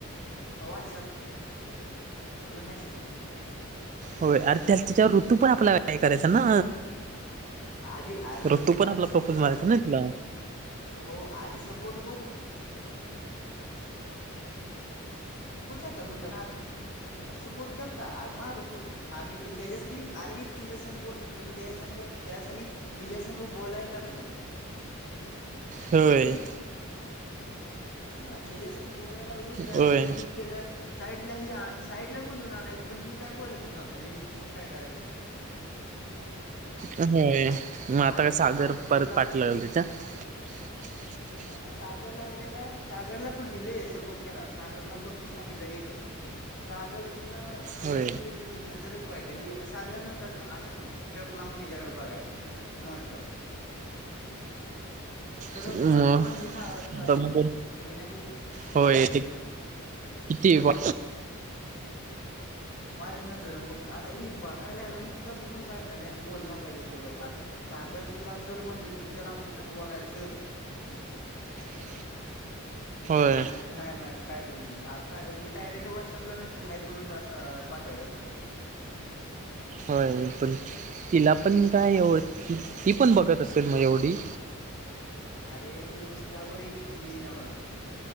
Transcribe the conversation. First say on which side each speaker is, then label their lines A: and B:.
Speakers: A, on the left; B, on the right.
A: व्हॉटसअप प्रॉब्लेमेच ना.
B: होय अर त्या तीच्यावर ऋतू पण आपल्या काय करायचा ना
A: आधी अरे
B: ऋतू
A: ऋतूला
B: पण
A: आम्ही
B: आपला
A: सपोर्ट
B: प्रपोज मारायचा
A: केला,
B: ना तिला
A: हो आधी सपोर्ट बर पोट केत रुत सपोर्ट केलतार मारपोल आम् त्याच्या आर <unintelligible> मी तिच्या संग बोलतो तुम्ही त्या संग त्यासाठी तिच्या संघ बोलायला लागलो
B: होय!
A: पहिले मी हा त्याच्यासाठी बोलायला लागलो त्यासाठी
B: होय
A: हे केलं साईड तिला ही हा साईड ला बोलून आणायचचो, पण हि काय बोलतच नव्हता विषय, मग काय करायचं
B: होय मग आता
A: अरे
B: काय सागर
A: पाक
B: परत
A: गुलाबाची
B: पाठ लागल तिच्या <inaudible>
A: ना सागर लागलेला, सागरला पण लयी सपोर्ट केला सागरला भरपूर सांगितलं हे कर सागर इथला सरळ
B: होय
A: म्हणजे, तुझी नजरच वाईट आहे ही अस सागऱ्या नुसता असं न टक लावून तिच्याकड बघायचा नॉन स्टॉप सरळ
B: मग
A: तोंडाव म्हणली ना वास्ता
B: आता
A: आहे, तुजे
B: मग
A: नाही पैसे
B: होय ते किती व
A: नजर लावून बघतो, आता ही बघाय लागला नुसता बघून काय कराय, यान बोला पाहिजेल थोडफार सागर सु तुला चल म्हणले होते, चल आमच्या संग बोलाय चल नाही
B: <inaudible> होय
A: नाही, नाही, म्हणायचं कायतरी म्हण दार काय डायरेक्ट व्हॉट्सअपला मेसेस हाय करून असा पाठवायचा असतो कां?
B: होय पण, तिला पण
A: हा.
B: काय एव ती पण बघत तसल म यवडी
A: अरे इन्स्टावर एक हे नव्ह